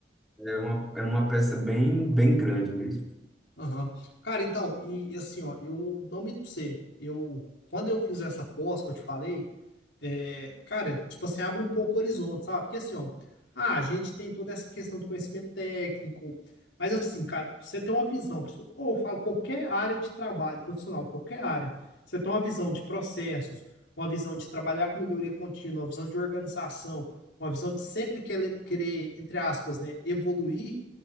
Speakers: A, in the centre; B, on the left.
A: É uma, é uma peça bem, bem grande mesmo.
B: Aham. Cara, então, e e assim, ó, eu não me sei. Eu, quando eu fiz essa pós que eu te falei, é, cara, tipo assim, abre um pouco o horizonte, sabe? Porque assim, ó, ah, a gente tem toda essa questão do conhecimento técnico, mas assim, cara, você tem uma visão, pessoal, ou eu falo qualquer área de trabalho profissional, qualquer área, você tem uma visão de processos, uma visão de trabalhar com melhoria contínua, uma visão de organização, uma visão de sempre querer, querer entre aspas, né, evoluir,